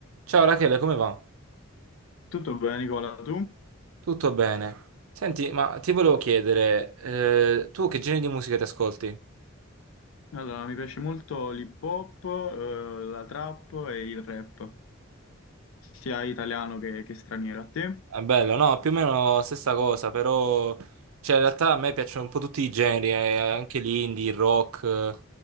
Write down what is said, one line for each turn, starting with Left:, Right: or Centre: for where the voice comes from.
Right: Ciao Rachele, come va?
Left: Tutto bene, Nicola, tu?
Right: Tutto bene. Senti, ma ti volevo chiedere, eh, tu che genere di musica ti ascolti?
Left: Allora, mi piace molto l'hip hop, eh, la trap e il rap, sia italiano che, che straniero. A te?
Right: È bello, no? Più o meno stessa cosa, però... Cioè, in realtà a me piacciono un po' tutti i generi, eh, anche l'indie, il rock. eh.